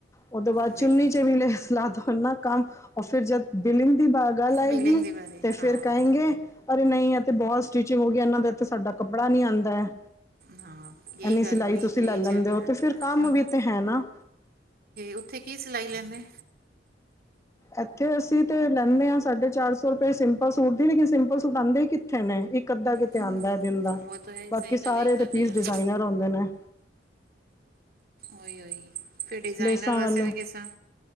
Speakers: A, on the left (about 15°); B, on the right (about 55°).
A: ਉਹਦੇ ਬਾਅਦ
B: ਦੇਖੋ
A: ਚੁੰਨੀ ਚ ਵੀ ਲੈਸ ਲਾ ਦੋ ਨਾ ਕੰਮ ਔਰ ਫਿਰ ਜਦ ਬਿਲੀਗ ਦੀ ਗੱਲ ਆਏਗਾ
B: ਬਿਲਿੰਗ ਦੀ ਵਾਰੀ
A: ਫੇਰ
B: ਹਾਂ
A: ਕਹਿਗੇ ਅਰੇ ਨਹੀਂ ਇਹ ਤੇ ਬਹੁਤ ਸਟਿਚਿੰਗ ਹੋ ਗਈ, ਇਹਨਾਂ ਦੇ ਤੇ ਸਾਡਾ ਕੱਪੜਾ ਨੀ ਆਉਂਦਾ ਹੈ।
B: ਹਾਂ, ਇਹੀ
A: ਇੰਨੀ
B: ਗੱਲ
A: ਸਿਲਾਈ
B: ਹੈ ਉਹੀ
A: ਤੁਸੀਂ
B: ਇਹੀ
A: ਲੈ ਲੈਂਦੇ
B: ਚੱਲ
A: ਹੋ
B: ਰਿਹਾ,
A: ਅਤੇ ਫਿਰ ਕੰਮ
B: ਹੁਣ
A: ਵੀ ਤਾਂ ਹੈ ਨਾ
B: ਉੱਥੇ ਕੀ ਸਿਲਾਈ ਲੈਂਦੇ।
A: ਇੱਥੇ ਅਸੀਂ ਤੇ ਲੈਂਦੇ ਹਾਂ, ਸਾਢੇ ਚਾਰ ਸੌ ਰੁਪਏ ਸਿੰਪਲ ਸੂਟ ਦੀ, ਲੇਕਿਨ ਸਿੰਪਲ ਸੂਟ ਆਉਂਦੇ ਹੀ ਕਿੱਥੇ ਨੇ ਇੱਕ ਅੱਧਾ ਕਿਤੇ
B: ਹਮ
A: ਆਉਂਦਾ ਹੈ, ਦਿਨ ਦਾ
B: ਉਹ ਤਾਂ ਹੈ
A: ਬਾਕੀ
B: ਸਹੀ
A: ਸਾਰੇ
B: ਗੱਲ ਇੱਕ
A: ਤੇ
B: ਅੱਧਾ
A: ਪੀਸ
B: ਹੀ ਆਉਂਦਾ
A: ਡਿਜ਼ਾਇਨਰ ਆਉਦੇ ਨੇ।
B: ਉਹੀ, ਉਹੀ ਫਿਰ ਡਿਜ਼ਾਇਨਰ
A: ਲੇਸਾਂ
B: ਵਾਸਤੇ
A: ਵਾਲੇ
B: ਵੀ ਕਿਸਾਂ